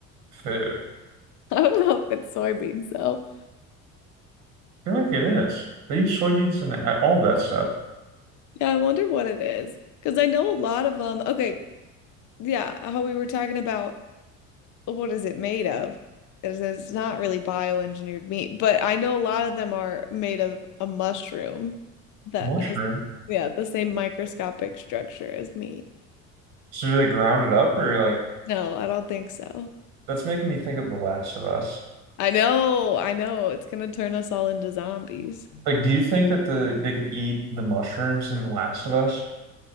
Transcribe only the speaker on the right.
food.
I feel like it is. They use soybeans and all that stuff.
Mushroom.
So do they ground it up or like
that's making me think of The Last of Us.
Like, do you think that the they could eat the mushrooms in The Last of Us